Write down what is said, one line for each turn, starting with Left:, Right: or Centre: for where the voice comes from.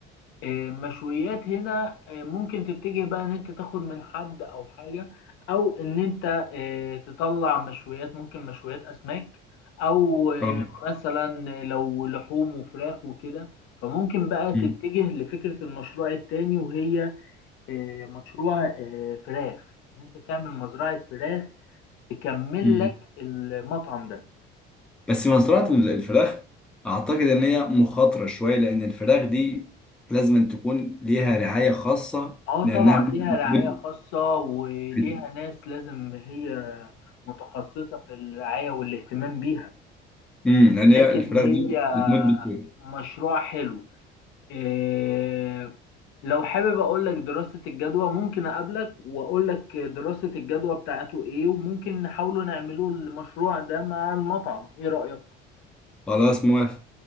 Left: آه، مشويات هنا آه، ممكن تتجه بقى ان انت تاخد من حد او حاجة او ان انت آه، تطلع مشويات ممكن مشويات اسماك او آه،
Centre: اه
Left: مثلا لو لحوم وفراخ وكده فممكن بقى تتجه
Centre: مم.
Left: لفكرة المشروع التاني وهي آه، مشروع آه، فراخ ان انت تعمل مزرعة فراخ تكمل
Centre: مم.
Left: لك المطعم ده
Centre: بس مزرعة ال- الفراخ اعتقد ان هي مخاطرة شوية لان الفراخ دي لازم أن تكون ليها رعاية خاصة
Left: اه
Centre: لانها
Left: طبعا
Centre: بت-
Left: ليها رعاية خاصة وليها
Centre: بت-
Left: ناس لازم هي متخصصة في الرعاية والاهتمام بيها
Centre: مم. لان هي
Left: لكن
Centre: الفراخ
Left: هي
Centre: دي بتموت بسهولة
Left: مشروع حلو إيه لو حابب اقول لك دراسة الجدوى ممكن اقابلك واقول لك دراسة الجدوى بتاعته ايه وممكن نحاولوا نعملوا المشروع ده مع المطعم ايه رأيك
Centre: خلاص موافق